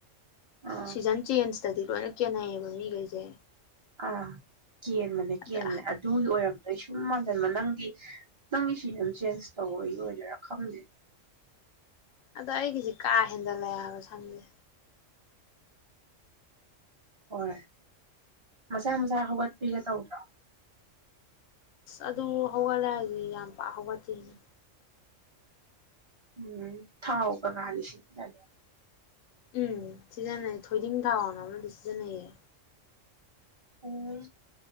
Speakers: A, on the right (about 30°); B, on the left (about 85°).
A: ꯑꯥ
B: ꯁꯤꯖꯟ ꯆꯦꯟꯖ ꯏꯁꯇꯗꯤ ꯂꯣꯏꯅ ꯀꯦꯅꯩꯌꯦꯕ ꯃꯤꯈꯩꯁꯦ
A: ꯑꯥ ꯀꯦꯟꯕꯅꯦ
B: ꯑꯗ
A: ꯀꯦꯟꯕꯅꯦ ꯑꯗꯨꯒꯤ ꯑꯣꯏꯔꯝꯕꯗꯣ ꯑꯩ ꯁꯨꯝ ꯅꯪꯗꯤ ꯅꯪꯒꯤ ꯁꯤꯖꯟ ꯆꯦꯟꯖ ꯇꯧꯕꯒꯤ ꯑꯣꯏꯗꯣꯏꯔꯥ ꯈꯪꯗꯦ
B: ꯑꯗꯣ ꯑꯩꯒꯤꯁꯤꯦ ꯀꯥ ꯍꯦꯟꯗꯂꯕ ꯁꯝꯁꯦ
A: ꯍꯣꯏ ꯃꯁꯥ ꯃꯁꯥ ꯍꯧꯒꯠꯄꯤꯒꯦ ꯇꯧꯗ꯭ꯔꯣ
B: ꯑꯗꯨ ꯍꯧꯒꯠꯂ ꯍꯥꯏꯗꯤ ꯌꯥꯝ ꯄ ꯍꯧꯒꯠꯇꯦꯅꯦ
A: ꯎꯝ ꯊꯥꯥꯎꯒ ꯀꯗꯁꯤꯅꯗ
B: ꯎꯝ ꯁꯤꯖꯟꯅꯩ ꯊꯣꯏꯗꯤꯡ ꯊꯥꯎꯅ ꯑꯃꯗꯤ ꯁꯤꯖꯤꯟꯅꯩꯌꯦ
A: ꯑꯣ